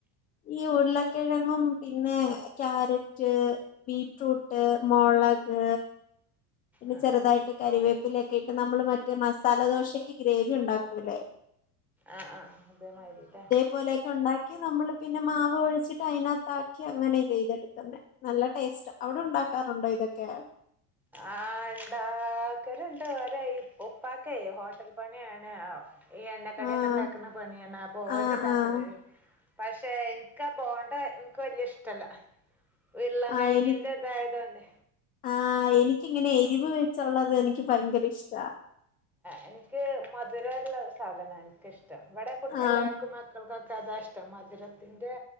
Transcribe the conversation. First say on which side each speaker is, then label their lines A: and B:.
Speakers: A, on the left (about 20°); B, in the centre.
A: ഈ ഉര്ള കിഴങ്ങും പിന്നെ ക്യാരറ്റ് ബീറ്റ്റൂട്ട് മൊളക് പിന്നെ
B: ആ
A: ചെറ്തായിട്ട്
B: ആ
A: കരിവേപ്പിലൊക്കെ ഇട്ട് നമ്മള് മറ്റേ മസാല ദോശക്ക് ഗ്രേവി ഉണ്ടാക്കൂലെ
B: ആഹ് ആഹ് അതേമായ്‌രി ലെ
A: പോലെയൊക്കെ ഉണ്ടാക്കി നമ്മള് പിന്നെ മാവ് ഒഴിച്ചിട്ട് അയിനകത്ത് ആക്കി അങ്ങനെ ചെയ്തെടുക്കുന്നെ നല്ല ടേസ്റ്റ് അവിടെ ഉണ്ടാക്കാറുണ്ടോ ഇതൊക്കെ
B: ആഹ് ഉണ്ടാക്കല്ണ്ട് ഓരെ ഉപ്പാക്ക് ഹോട്ടൽ പണിയാണ് ഈ എണ്ണക്കടി
A: ആഹ്
B: ഒക്കെ ഉണ്ടാക്കുന്ന പണിയാണ് അപ്പൊ ഓര്ഇണ്ടാക്കല്ണ്ട്
A: ആഹ് ആഹ്
B: പക്ഷെ എനിക്കാ പോണ്ട എനിക്ക് വല്യയ ഇഷ്ടല്ല ഉരുളൻ
A: ആഹ്
B: കിഴങ്ങിൻ
A: എനി
B: ൻ്റതായതോണ്ട്
A: ആഹ് എനിക്കിങ്ങനെ എരിവ് വെച്ചുള്ളത് എനിക്ക് ഭയങ്കര ഇഷ്ടാ
B: എനിക്ക് മധുരുള്ള സാധനാണ് എനിക്ക്ഷ് ട്ടം ഇവിടെ പോ
A: ആഹ്
B: എല്ലാവർക്കും മക്കൾക്കൊക്കെ അതാ ഇഷ്ട്ടം മധുരത്തിൻ്റെ